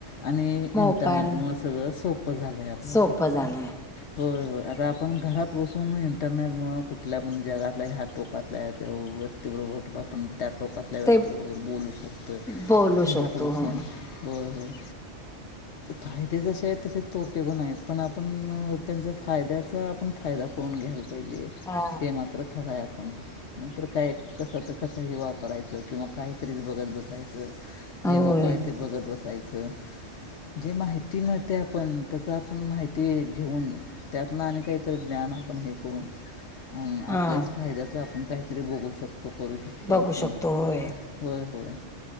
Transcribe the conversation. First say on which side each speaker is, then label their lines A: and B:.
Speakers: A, on the left (about 65°); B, in the centre.
A: आणि
B: मोबाईल
A: इंटरनेटमुं सगळं सोपं झालं आहे आपल्या.
B: सोपं झालय.
A: होय होय. आता आपण घरात बसून इंटरनेटमुळं कुठल्या पण जगातल्या ह्या टोकातल्या आहे ते व व्यक्तीबरोबर आपण त्या टोकातल्या व्यक्तीबरोबर
B: ते
A: बोलू शकतोय
B: बोलू
A: घरात
B: शकतो
A: बसून.
B: हो
A: होय होय ‌.
B: <inaudible>
A: फायदे जसे आहेत तसे तोटे पण आहेत पण आपण त्यांचा फायद्याचा आपण फायदा प‌ऊन घ्यायला पाहिजे
B: हा
A: हे मात्र खरंय आपण नंतर काय कसं तर कस वाप करायच किंवा काहीतरी बघत बसायचं जे
B: होय
A: नको आहे ते बघत बसायचं. जे माहिती नाही ते आपण त्याचा आपण माहिती घेऊन त्यातन आणि काहीतरी ज्ञान आपण हे करून हम्
B: हा
A: आपल्याच फायद्याचं आपण काहीतरी बगू शकतो, करू शकतो.
B: बघू
A: आपण
B: शकतो होय
A: होय होय.